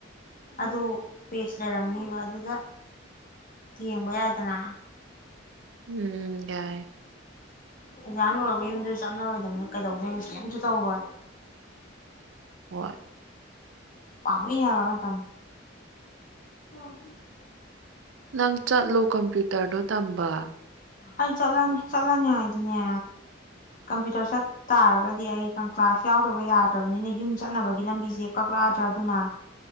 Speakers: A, on the left; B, on the right.
A: ꯑꯗꯨ ꯄꯦꯁ ꯂꯩꯔꯝꯅꯤꯕ ꯑꯗꯨꯗ ꯌꯦꯡꯕ ꯌꯥꯏꯗꯅ꯫
B: ꯎꯝ ꯌꯥꯏ꯫
A: ꯑꯦꯛꯖꯥꯥꯟ ꯂꯣꯏꯔꯒ ꯌꯨꯝꯗꯁꯨ ꯆꯠꯅꯔꯣꯏꯗꯕꯅꯤꯅ ꯀꯩꯗꯧꯗꯣꯏ ꯀꯝꯁꯨ ꯇꯧꯔꯣꯏ
B: ꯍꯣꯏ꯫
A: ꯄꯥꯃꯨꯏ ꯍꯥꯎꯕ ꯃꯇꯝ <inaudible>
B: ꯅꯪ ꯆꯠꯂꯣ ꯀꯝꯄ꯭ꯌꯨꯇꯔꯗꯣ ꯇꯝꯕ꯫
A: ꯑꯩ ꯆꯠꯂꯅꯤ ꯆꯠꯂꯅꯤ ꯍꯥꯏꯗꯤꯅꯦ ꯀꯝꯄ꯭ꯌꯨꯇꯔ ꯆꯠ ꯇꯥꯔꯒꯗꯤ ꯑꯩ ꯀ꯭ꯂꯥꯁ ꯌꯥꯎꯗꯕ ꯌꯥꯗ꯭ꯔꯕꯅꯤꯅ ꯌꯨꯝ ꯆꯠꯅꯕꯒꯤ ꯂꯝꯕꯤꯁꯦ ꯀꯛꯂꯛꯑꯗ꯭ꯔꯥ ꯑꯗꯨꯅ